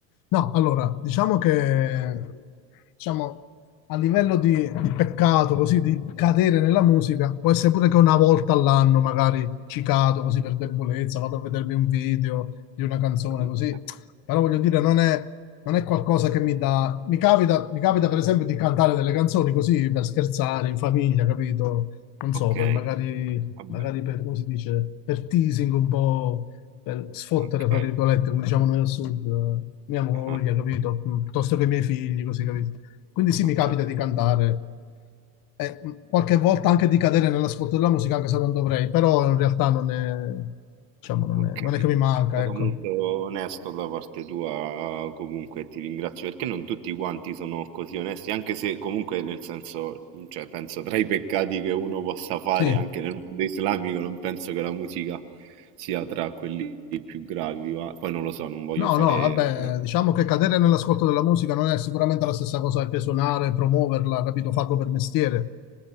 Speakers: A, on the left; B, on the right.
A: No, allora, diciamo che diciamo, a livello di, di peccato, così di cadere nella musica, può essere pure che una volta all'anno magari ci cado così per debolezza, vado a vedermi un video di una canzone
B: ok,
A: così, però voglio dire, non
B: ok,
A: è, non è qualcosa che mi dà... Mi capita, mi capita per esempio di cantare delle canzoni così per scherzare in famiglia, capito? Non so,
B: ok,
A: per magari,
B: vabbè,
A: magari per, come si dice, per teasing un po' per sfottere,
B: ok,
A: fra virgolette, come diciamo noi al sud, eh, mia moglie,
B: ah,
A: capito? Piuttosto che i miei figli, così, capito? Quindi sì,
B: ho
A: mi capita
B: capito.
A: di cantare e mh, qualche volta anche di cadere nell'ascolto della musica, anche se non dovrei, però in realtà non è, diciamo, non
B: Ok,
A: è, non è
B: è
A: che mi manca,
B: stato
A: ecco.
B: molto onesto da parte tua, comunque ti ringrazio perché non tutti quanti sono così onesti, anche se comunque nel senso, cioè penso tra i peccati che uno possa fare
A: Sì.
B: anche nel mondo islamico, non penso che la musica sia tra quelli più gravi, ma poi non lo so, non voglio
A: No,
B: fare...
A: no, vabbè,
B: una-
A: diciamo che cadere nell'ascolto della musica non è sicuramente la stessa cosa che suonare, promuoverla, capito? Farlo per mestiere.